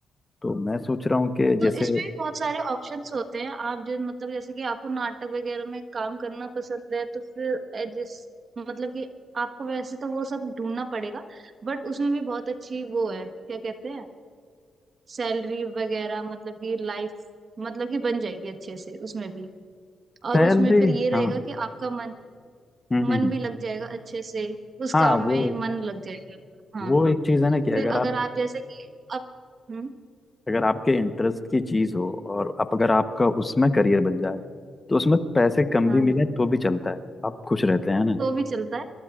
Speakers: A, on the left (about 25°); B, on the right (about 55°).
A: तो मैं सोच रहा हूँ कि
B: तो
A: जैसे
B: इसमें भी बहुत सारे ऑप्शंस होते हैं आप जो मतलब जैसे कि आपको नाटक वगैरह में काम करना पसंद है तो फिर ए, जिस मतलब कि आपको वैसे तो वो सब ढूंढना पड़ेगा बट उसमें भी बहुत अच्छी वो है क्या कहते हैं सैलरी वगैरह मतलब कि लाइफ मतलब कि बन जाएगी अच्छे से उसमें भी और
A: सैलरी
B: उसमें फिर ये रहेगा
A: हाँ हम्म
B: कि आपका मन
A: हम्म
B: मन
A: हम्म।
B: भी लग जाएगा अच्छे से उस
A: हाँ
B: काम
A: वो
B: में मन लग जाएगा आपका। हाँ
A: वो एक चीज है ना कि अगर
B: फिर
A: आप
B: अगर आप जैसे कि अब हम्म
A: अगर आपके इंटरेस्ट की चीज हो और आप अगर आपका उसमें करियर बन जाए तो उसमें पैसे कम
B: हाँ
A: भी मिले तो भी चलता है आप खुश रहते हैं ना
B: तो भी चलता है